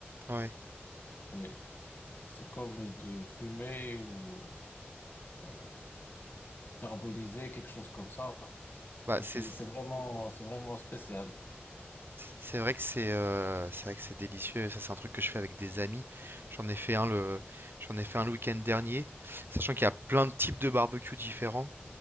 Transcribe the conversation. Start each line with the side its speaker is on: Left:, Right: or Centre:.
Right: ouais.
Left: Oui, c'est comme de fumer ou euh, carboniser, quelque chose comme ça.
Right: Bah,
Left: C'est
Right: c'est
Left: c'est vraiment, c'est vraiment spécial.
Right: c'est vrai que c'est, heu, c'est vrai que c'est délicieux ça, c'est un truc que je fais avec des amis. J'en ai fait un le j'en ai fait un le week-end dernier, sachant qu'il y a plein de types de barbecue différents.